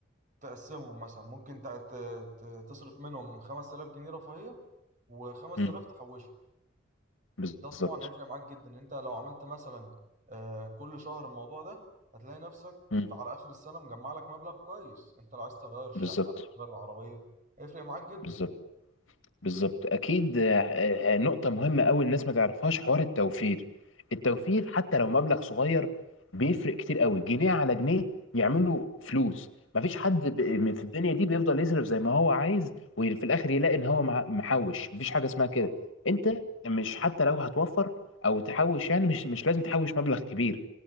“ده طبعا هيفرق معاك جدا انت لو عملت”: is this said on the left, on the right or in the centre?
Right